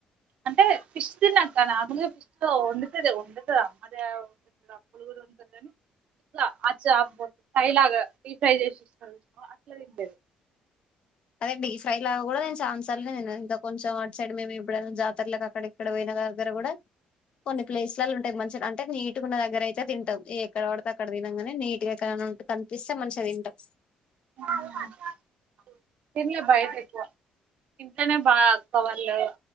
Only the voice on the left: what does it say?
అదే అండి ఈ ఫ్రై లాగా కూడా నేను చానా సార్లు తిన్నాను ఇంత కొంచెం అట్ సైడ్ మేము ఎప్పుడ అన్నా జాతరలకు అక్కడ ఇక్కడ పోయిన దగ్గర కూడా కొన్ని ప్లేస్ లలో అంటే మంచి అంటే నీట్ గున్న దగ్గర అయితే తింటాం ఏ ఎక్కడ పడితే అక్కడ తినం కానీ నీట్ గా ఎక్కడన్నా ఉంటే కనిపిస్తే మంచిగా తింటాం